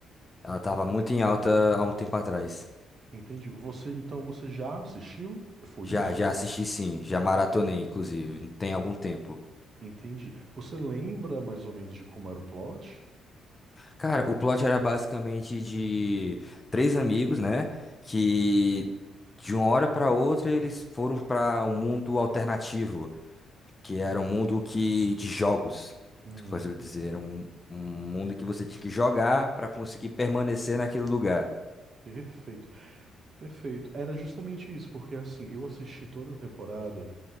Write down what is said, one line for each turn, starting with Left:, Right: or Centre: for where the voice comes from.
Left: Ela tava muito em alta há um tempo atrás.
Right: Entendi. Você, então, você já assistiu? Foi
Left: Já,
Right: isso?
Left: já assisti sim. Já maratonei, inclusive. Tem algum tempo.
Right: Entendi. Você lembra mais ou menos de como era o plot?
Left: Cara, o plot era basicamente de três amigos, né? Que de uma hora pra outra eles foram pra um mundo alternativo, que era um mundo que de jogos.
Right: Uhum.
Left: Como eu dizer, era um, um mundo que você tinha que jogar pra conseguir permanecer naquele lugar.
Right: Perfeito, perfeito. Era justamente isso, porque assim, eu assisti toda a temporada